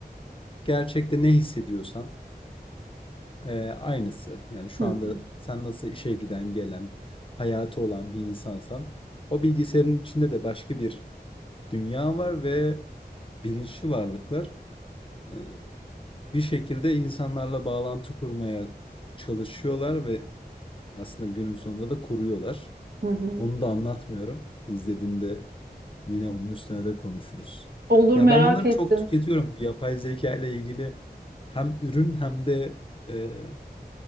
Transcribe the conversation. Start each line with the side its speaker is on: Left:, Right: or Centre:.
Left: Gerçekte ne hissediyorsan, eee, aynısı. Yani, şu
Right: Hı
Left: anda
Right: hı.
Left: sen nasıl işe giden, gelen, hayatı olan bir insansan o bilgisayarın içinde de başka bir dünya var ve bilinçli varlıklar, eee, bir şekilde insanlarla bağlantı kurmaya çalışıyorlar ve aslında günün sonunda da kuruyorlar.
Right: Hı hı.
Left: Onu da anlatmıyorum. İzlediğinde yine onun üstüne de konuşuruz.
Right: Olur
Left: Ya,
Right: merak
Left: ben bunları
Right: ettim.
Left: çok tüketiyorum. Bu yapay zeka ile ilgili hem ürün hem de, eee